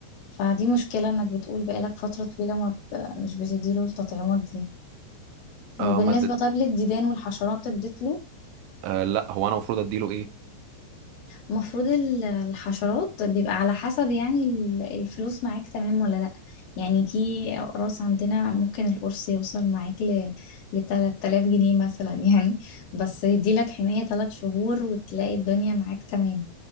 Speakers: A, on the left; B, on the right.
A: فدي مشكلة انك بتقول بقالك فترة طويلة ما ب... مش بتديله التطعيمات دي
B: آه
A: وبالنسبة
B: ماده
A: طيب للديدان والحشرات اديت له
B: آه لا هو انا المفروض اديله ايه
A: المفروض ال- الحشرات بيبقى على حسب يعني ال- الفلوس معاك تمام ولا لأ يعني في أقراص عندنا ممكن القرص يوصل معاك ل لتلات آلاف جنيه مثلا <laughs> يعني بس يديلك حماية تلات شهور وتلاقي الدنيا معاك تمام